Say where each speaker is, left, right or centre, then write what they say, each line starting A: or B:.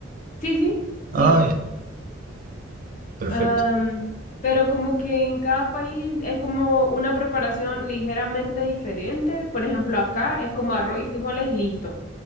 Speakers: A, on the left; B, on the right.
A: sí, sí,
B: Ah,
A: sí,
B: ya, perfecto.
A: Am, pero como que en cada país es como una preparación ligeramente diferente. Por ejemplo, acá es como arroz y frijoles, listo.